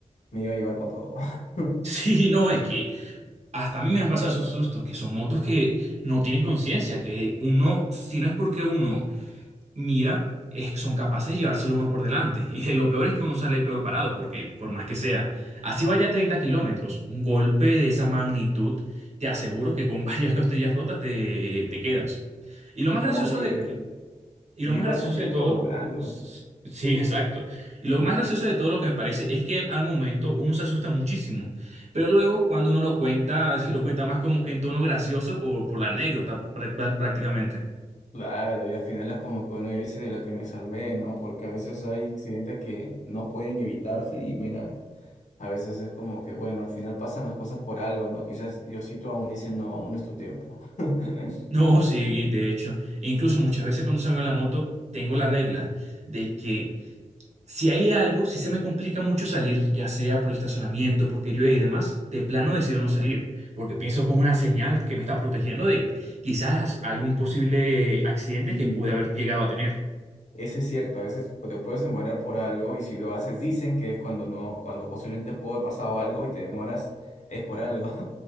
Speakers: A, on the left; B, on the right.
A: me iba a llevar con todo. <laughs>
B: Sí, no, es que hasta a mí me han pasado esos sustos, que son motos que no tienen conciencia, que uno, si no es porque uno mira, es son capaces de llevárselo uno por delante. Y lo peor es que uno sale peor parado, porque por más que sea, así vaya a 30 kilómetros, un golpe de esa magnitud, te aseguro que con <laughs> varias costillas rotas te, te quedas. Y lo
A: No,
B: más gracioso
A: yo,
B: de, y lo
A: yo
B: más
A: iba
B: gracioso
A: a salir
B: de todo,
A: pero volando.
B: sí, exacto. Y lo más gracioso de todo lo que me parece es que al momento uno se asusta muchísimo, pero luego cuando uno lo cuenta, <laughs> lo cuenta más como que en tono gracioso por, por la anécdota prá- prá- prácticamente.
A: Claro, y al final es como que uno dice de la que me salvé, ¿no? Porque a veces hay accidentes que no pueden evitarse y mira, a veces es como que bueno, al final pasan las cosas por algo, ¿no? Quizás Diosito aún dice, no, aún es tu tiempo. <laughs>
B: No, sí, de hecho, e incluso muchas veces cuando salgo en la moto, tengo la regla de que si hay algo, si se me complica mucho salir, ya sea por el estacionamiento, porque llueve y demás, de plano decido no salir, porque pienso como una señal que me está protegiendo de quizás algún posible accidente
A: Y
B: que pude haber llegado a tener.
A: Eso es cierto, a veces te puedes demorar por algo y si lo haces dicen que es cuando no, cuando posiblemente pudo haber pasado algo y te demoras, es por algo. <laughs>